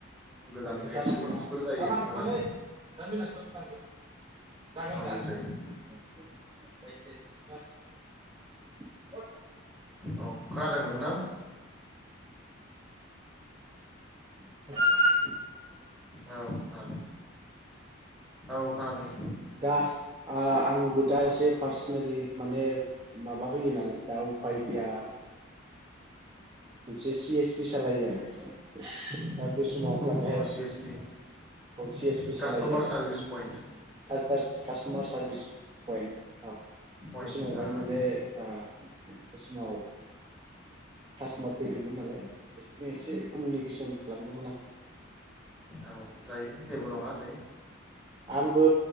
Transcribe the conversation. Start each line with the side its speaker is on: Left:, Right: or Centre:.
Right: <unintelligible>
Centre: गोदान एक्सपिरियेन्सफोर जायो मोजां
Right: <inaudible>
Centre: नलेज जायो औ खोनादों नोंथां?
Right: <inaudible>
Centre: औ औ औ खोनादों।
Right: दा आंबो दा
Centre: औ
Right: एसे पार्सनेलि माने माबा होयो नालाय दा उफाय ओ गैया मोनसे सि एस पि सालायो आङो दा बे समाव माने
Centre: अ सि एस पि
Right: ओ सि एस पि सालायो
Centre: कास्ट'मार
Right: आरो
Centre: सार्भिस पइन्ट
Right: <unintelligible> सार कास्ट'मार सारभिस पइन्ट औ
Centre: पइन्ट
Right: बे समावहाय
Centre: औ
Right: माने ओ बे समाव कास्ट'मार फैदोंमोन नालाय <inaudible> एसे कमिउनिकेसन खालामदोंमोन आं
Centre: औ जायो जेबो
Right: औ
Centre: नङा दैै
Right: आंबो